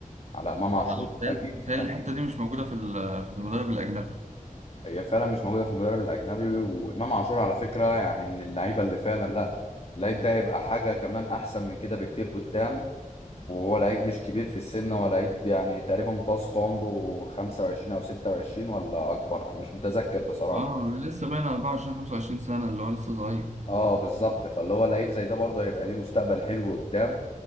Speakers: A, on the left; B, on the right.
A: على امام
B: فبالتالي
A: عاشور اكيد اكيد
B: الحتة دي مش موجودة في ال- في المدرب الأجنبي
A: هي فعلا مش موجوده في المدرب الاجنبي وامام عاشور على فكره يعني من اللعيبه اللي فعلا لا اللعيب ده هيبقى حاجه كمان احسن من كده بكتير قدام وهو لعيب مش كبير في السن هو لعيب يعني تقريبا متوسط عمره 25 او 26 ولا اكبر انا مش متذكر بصراحه
B: اه لسه باين 24 25 سنة اللي هو لسه صغير
A: اه بالظبط فاللي هو لعيب زي ده برضه هيبقى ليه مستقبل حلو قدام